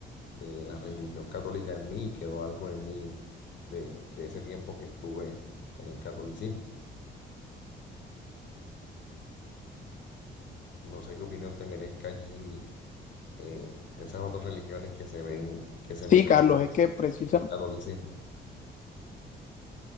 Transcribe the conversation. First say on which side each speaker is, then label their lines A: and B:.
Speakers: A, on the left (about 65°); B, on the left (about 40°).
A: la religión católica en mí, quedó algo en mí de, de ese tiempo que estuve en el catolicismo. No sé qué opinión te merezca allí eh, esas otras religiones que se ven, que se
B: Sí,
A: meten
B: Carlos,
A: con,
B: es que precisamente...
A: con el catolicismo.